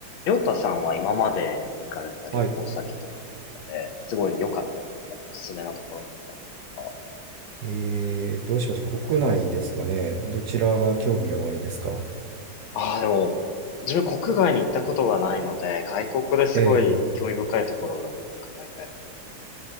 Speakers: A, on the left (about 80°); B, on the right (about 65°).
A: りょうたさんは今まで行かれた旅行先とかの中で、
B: はい。
A: すごい良かっただっおすすめなところってありますか
B: えー、どうしましょう。国内ですかね。どちらが興味おありですか
A: ああー、でも、自分国外に行ったことがないので、外国ですごい興味深いところがあれば伺いたいです。
B: ええ。